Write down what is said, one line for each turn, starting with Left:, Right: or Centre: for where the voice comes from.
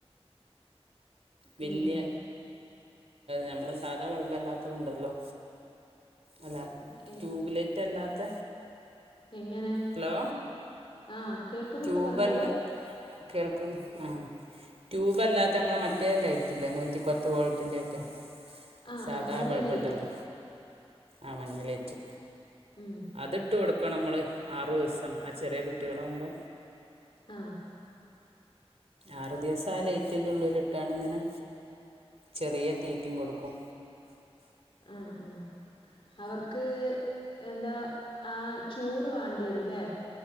Right: വല്യ
Left: ഉം.
Right: നമ്മളെ സാധാ ബൾ മ്ബല്ലാത്ത ത്ണ്ടല്ലോ? അല്ല
Left: എങ്-
Right: ട്യൂബ് ലൈറ്റ് അല്ലാത്ത
Left: എങ്ങനെ
Right: ഹലോ
Left: ആ കേൾക്കുന്നുണ്ട്
Right: ട്യൂബല്ല
Left: പറഞ്ഞോളൂ
Right: കേൾക്കുന്നു ആഹ ട്യൂബ് അല്ലാത്ത നമ്മള മറ്റേ ലൈറ്റല്ലേ നൂറ്റിപ്പത്ത് വോൾട്ടിന്റെറെ ഒക്കെ
Left: ആ
Right: സാധാ
Left: ആ മഞ്ഞ
Right: ബൾബ്ണ്ടല്ലോ
Left: ലൈറ്റ്
Right: ആ മഞ്ഞ ലേറ്റ്
Left: ഉം
Right: അതിട്ട് കൊടുക്കനമ്മള് ആറു ദിവസം ആ ചെറിയ കുട്ടികളാകുമ്പോ
Left: ആ
Right: ആറു ദിവസം ആ ലേറ്റിന്റെള്ളിലിട്ടാണ്ഇങ്ങനെ ചെറിയ തീറ്റെ കൊടുക്കും
Left: ആഹ ആഹ അവർക്ക് എന്താ ആ ചൂട് വാണ്ടി വരുല്ലേ?